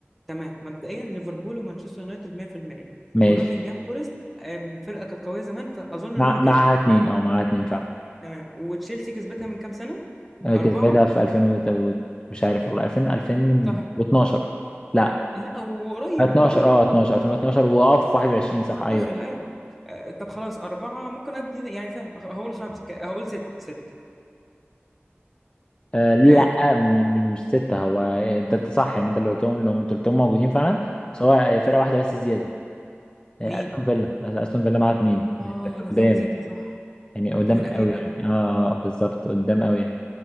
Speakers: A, in the centre; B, on the left (about 20°).
A: تمام مبدئيا ليفربول ومانشستر يونايتد 100%
B: ماشي
A: ونوتنجهام فورست آم، فرقة كانت قوية زمان فأظن
B: مع
A: إن هم
B: معاها
A: كسبوا
B: اتنين اه معاها اتنين فعلا
A: تمام وتشيلسي كسبتها من كام سنة؟
B: أنا
A: أربعة
B: كسبتها في 2000 وت- وت- مش عارف والله 2000 2012
A: صح
B: لا
A: لا وقريب
B: 12
A: من قريب
B: اه 12 2012 واقف 21 صح ايوه
A: دخل ايوه آه، طب خلاص أربعة ممكن أدي يعني فاهم هقول خمسة ك- هقول ستة ستة
B: آه لا
A: كام
B: م- م- مش ستة هو انت انت صح يعني انت اللي قلتهم لو انت قلتهم موجودين فعلا بس هو فرقة واحدة بس زيادة آه،
A: مين؟
B: استون فيلا آه، استون فيلا معاها اتنين
A: اه
B: يعني بس
A: نزلني
B: قدام
A: ستة صح
B: يعني قدام
A: دي فرقة
B: قوي
A: تقيلة قوي
B: يعني اه آه، بالظبط قدام قوي يعني